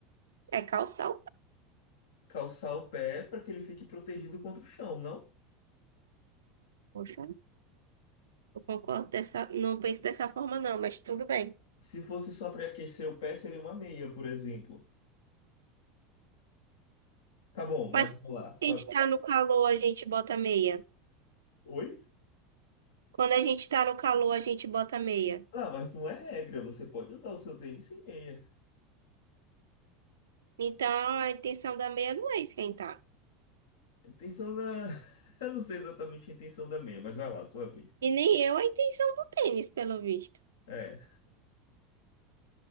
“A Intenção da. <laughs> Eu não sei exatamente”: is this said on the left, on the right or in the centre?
Left